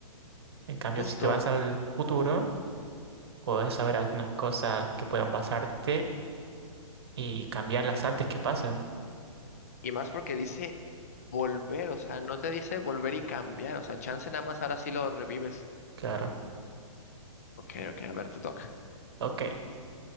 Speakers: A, on the right; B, on the left.
A: En cambio,
B: Justo,
A: si te vas al futuro, puedes saber algunas cosas que puedan pasarte y cambiarlas antes que pasen.
B: y más porque dice volver, o sea, no te dice volver y cambiar, o sea, chance nada más ahora sí lo revives.
A: Claro.
B: Ok, ok, a ver, te toca.
A: Ok.